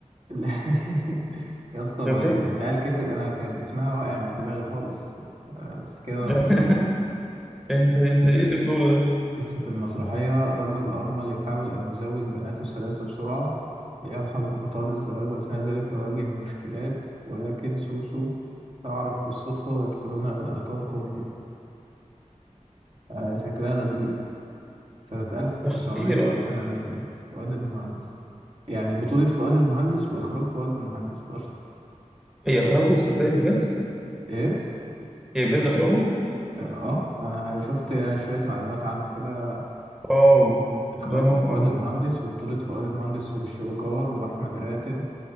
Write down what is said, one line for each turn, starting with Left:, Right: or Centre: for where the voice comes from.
Right: أنا <laughs> يا اسطى
Centre: ده
Right: ما
Centre: بجد
Right: هي- العيال كبرت أنا كان اسمها واقع من دماغي خالص آه، بس كده أنا
Centre: ده
Right: افتكرتها
Centre: <laughs> أنت أنت إيه اللي بتقوله ده
Right: قصة المسرحية رجل أرمل يحاول أن يزوج بناته الثلاثة بسرعة ليلحق بقطار الزواج وأثناء ذلك يواجه مشكلات ولكن سوسو تعرف بالصدفة ويدخلون إلى إطار كوميدي آه، شكلها لذيذ سنة 1980
Centre: ده خطيرة
Right: فؤاد المهندس يعني بطولة فؤاد المهندس وإخراج فؤاد المهندس برضه
Centre: هي إخراجه صدقني بجد
Right: إيه؟
Centre: هي بجد إخراجه
Right: آه أنا شفت يعني شوية معلومات عنها كده
Centre: واو
Right: إخراج
Centre: ده ما
Right: فؤاد المهندس وبطولة فؤاد المهندس والشويكار وأحمد راتب